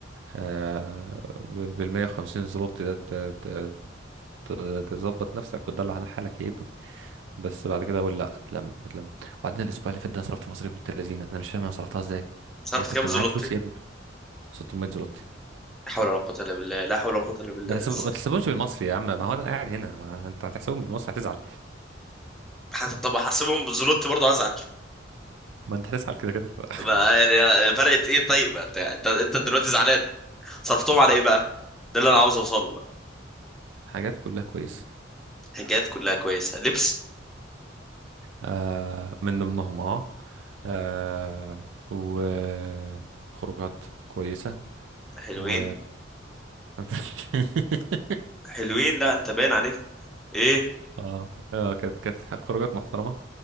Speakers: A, on the right; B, in the centre.
A: آه، ب- بالمية وخمسين زلوت ده ت- ت- ت- تظبط نفسك وتدلع على حالك يا ابني بس بعد كده اقول لا اتلم اتلم وبعدين الاسبوع اللي فات ده انا صرفت مصاريف بنت لذينة انا مش فاهم انا صرفتها ازاي
B: صرفت
A: انا كنت
B: كام زلوتي
A: معايا فلوس يا ابني 600 زلوتي
B: لا حول ولا قوة إلا بالله لا حول ولا قوة إلا بالله
A: ما تحسب...
B: إز-
A: ما تحسبهمش بالمصري يا عم ما هو انا قاعد هنا ما انت هتحسبهم بالمصري هتزعل
B: حس- طب احسبهم بالزلوتي برضه هزعل
A: ما انت هتزعل كده كده
B: ما-
A: <laughs>
B: يعني فرقت ايه طيب انت انت أنت دلوقتي زعلان صرفتهم على ايه بقى ده اللي انا عاوز اوصله بقى
A: حاجات كلها كويسة
B: حاجات كلها كويسة لبس
A: آه من ضمنهم اه, آه وخروجات كويسة
B: حلوين
A: و <laughs>
B: حلوين لا انت باين عليك ايه
A: اه اه كانت كانت خروجات محترمة